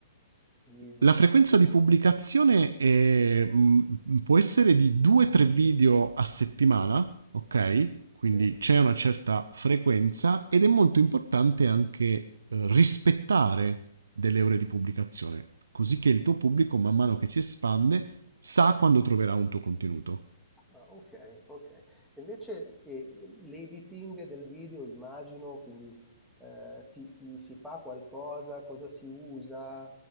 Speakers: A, in the centre; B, on the right (about 85°).
A: di, di
B: La frequenza
A: post?
B: di pubblicazione è, mh, può essere di 2-3 video a settimana, ok? Quindi
A: Sì.
B: c'è una certa frequenza ed è molto importante anche eh, rispettare delle ore di pubblicazione, così che il tuo pubblico, man mano che si espande, sa quando troverà un tuo contenuto.
A: Ah, ok, ok. Invece eh, l'editing del video, immagino, quindi eh, si, si- si fa qualcosa, cosa si usa,